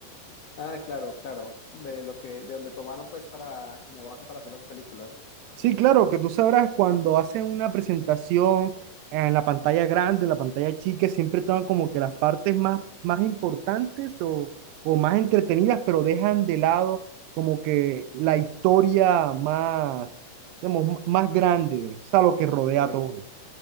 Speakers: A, on the left; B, on the right.
A: Ah, claro, claro. De lo que, de donde tomaron pues para, como base para hacer las películas.
B: Sí, claro, que tú sabrás, cuando hacen una presentación en la pantalla grande, en la pantalla chica, siempre toman como que las partes más, más importantes o, o más entretenidas, pero dejan de lado como que la historia más, digamos, más grande, o sea, lo que rodea
A: Sí.
B: a todo.